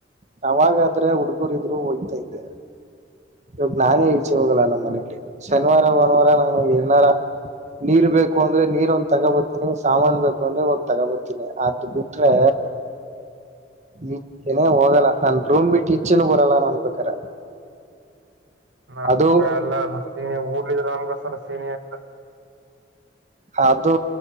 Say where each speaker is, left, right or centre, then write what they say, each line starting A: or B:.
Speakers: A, on the right; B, on the right.
A: ನಾವಾಗಾದ್ರೆ ಹುಡುಗೂರು ಇದ್ರು ಹೋಗಿತಾ ಇದ್ದೆ ಇವ ನಾನೇ ಈಚೆ ಹೋಗಲ್ಲ ನಮ್ಮ್ ಮನೇಲಿ ಶನಿವಾರ ಭಾನವಾರ ನಾನು ಎನಾರ ನೀರ್ ಬೇಕು ಅಂದ್ರೆ ನೀರ್ ಒಂದ್ ತಗೋಬರ್ತಿನಿ ಸಾಮಾನನ್ ಬೇಕು ಅಂದ್ರೆ ಹೋಗ್ ತಗೋಬತಿನನಿ ಆ ಆದ್ರೆ ಈಚನೇ ಹೋಗಲ್ಲ ನನ್ ರೂಮ್ ಬಿಟ್ಟು ಇಚ್ಚನ್ ಬರಲ್ಲ ಅನ್ಬೇಕಾರೆ
B: ನಮ್ಗೆ
A: ಅದು
B: ಎಲ್ಲ ಅ <unintelligible> ನಮ್ಗಸರ ಸೀನಿ ಎಲ್ಲ
A: ಅದು